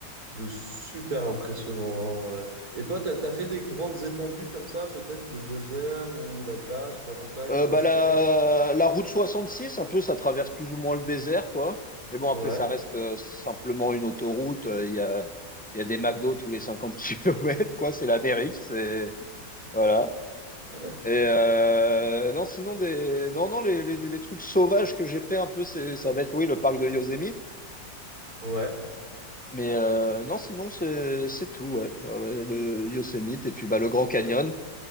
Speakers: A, on the right (about 50°); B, in the centre.
A: de super impressionnant. hein. ouais. Et toi, t'as, t'as fait des grandes étendues comme ça, peut-être le désert ou la glace ou la montagne
B: Euh,
A: ou l'océan.
B: bah, la, la route 66 un peu, ça traverse plus ou moins le désert, quoi. Mais bon,
A: Ouais,
B: après, ça reste euh, simplement une autoroute. Euh, Il y a, il y a des McDo tous les 50 <laughs> kilomètres, quoi. C'est l'Amérique, c'est voilà.
A: <laughs>
B: Et euh, non, sinon des, non, non, les, les, les trucs sauvages que j'ai fait un peu, c'est, ça va être oui, le parc de Yosemite.
A: ouais.
B: Mais euh, non, sinon c'est, c'est tout, ouais. Ouais, ouais, le Yosemite et puis bah le Grand Canyon.